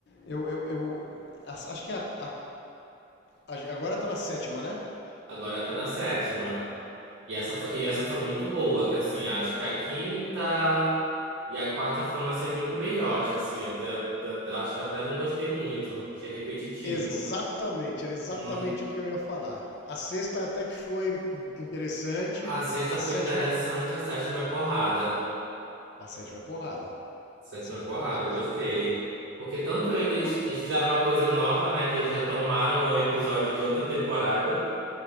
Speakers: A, on the left; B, on the right.
A: eu. eu, eu as- acho que a, a- a- agora tá na sétima, né?
B: Agora tá na sétima. E essa foi, e essa foi muito boa, que assim, acho que a quinta e a quarta foram assim muito meiote, assim, até, até- acho que até não gostei muito, achei repetitivo.
A: Exatamente, era exatamente
B: Hum,
A: o que eu ia falar. A sexta até que foi interessante,
B: a sexta
A: a
B: foi
A: sétima.
B: interessante, a sétima é porrada.
A: A sétima é porrada.
B: Sétima
A: A sétima
B: porrada,
A: é porrada.
B: eu gostei. Porque tanto eles,
A: O-
B: eles fizeram uma coisa nova, né? Que eles retomaram um episódio de outra temporada.